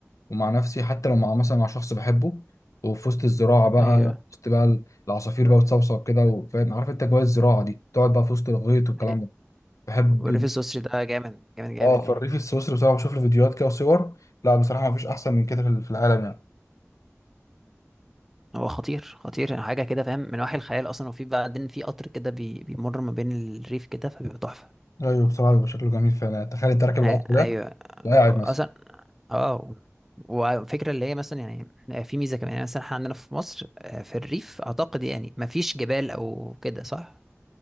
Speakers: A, on the left; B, in the centre.
A: ومع نفسي حتى لو مع مثلا مع شخص بحبه وفي وسط الزراعه بقى
B: أيوة
A: في وسط بقى ال- العصافير بقى بتصوصو كده وفاهم عارف انت جوه الزراعه دي تقعد بقى في وسط الغيط والكلام
B: أيوة.
A: ده بحب
B: وريف السوسري ده جامد جامد جامد
A: اه في
B: يعني
A: الريف السويسري بصراحه بشوف له فيديوهات كده وصور لا بصراحه ما فيش احسن من كده في في العالم يعني
B: هو خطير خطير يعني، حاجة كده فاهم من وحي الخيال أصلا وفي بعدين في قطر كده بي... بيمر ما بين الريف كده فبيبقى تحفة
A: ايوه بصراحه بيبقى شكله جميل فعلا تخيل انت راكب
B: ع-
A: القطر ده
B: أيوة
A: وقاعد
B: أصلا اه وفكرة اللي هي مثلا يعني آه، في ميزة كمان يعني مثلا احنا عندنا في مصر آه، في الريف أعتقد يعني مفيش جبال أو كده صح؟